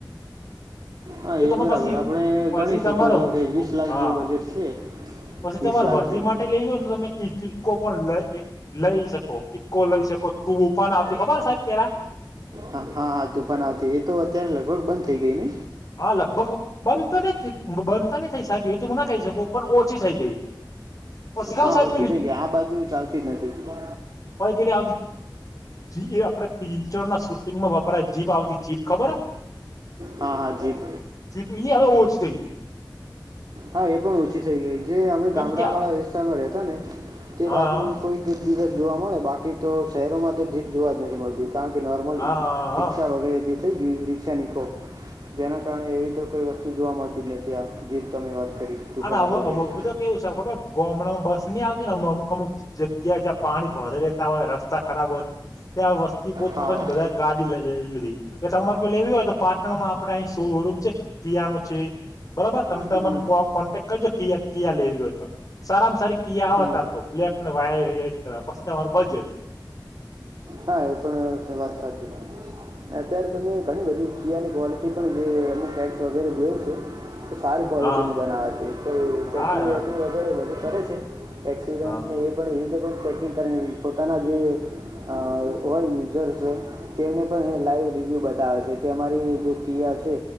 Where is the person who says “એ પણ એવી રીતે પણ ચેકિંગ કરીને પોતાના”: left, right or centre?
Right